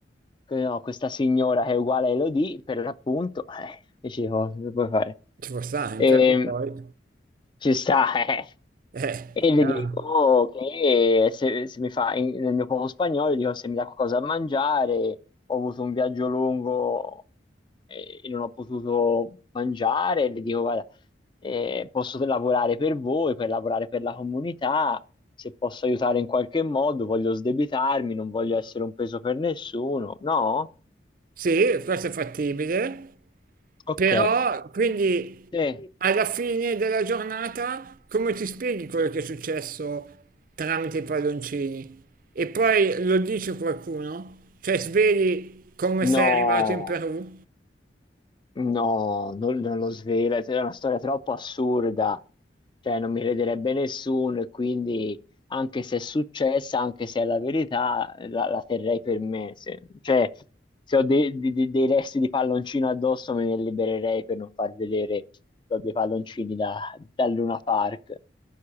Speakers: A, on the left (about 25°); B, on the right (about 50°).
A: che no, questa signora che è uguale a Elodie, per l'appunto, eh, che ci cose che puoi fare?
B: può stare in
A: E,
B: Perù poi.
A: ci sta, <laughs> eh.
B: Eh,
A: E le
B: chiaro.
A: dico che se, se mi fa, in- nel mio poco spagnolo, dico se mi dà qualcosa da mangiare, ho avuto un viaggio lungo eh, e non ho potuto mangiare, le dico guarda, eh, posso lavorare per voi, per lavorare per la comunità, se posso aiutare in qualche modo, voglio sdebitarmi, non voglio essere un peso per nessuno. No?
B: Sì, questo è fattibile,
A: Ok.
B: Però, quindi,
A: Sì. Sì.
B: alla fine della giornata, come ti spieghi quello che è successo tramite i palloncini? E poi lo dice qualcuno? Cioè, sveli come
A: No,
B: sei arrivato in Perù
A: no, non, non lo svela, è una storia troppo assurda, cioè non mi crederebbe nessuno e quindi anche se è successa, anche se è la verità, la, la terrei per me. Se, cioè, se ho dei, di- di- dei resti di palloncino addosso me ne libererei per non far vedere che ho dei palloncini da, da Luna Park.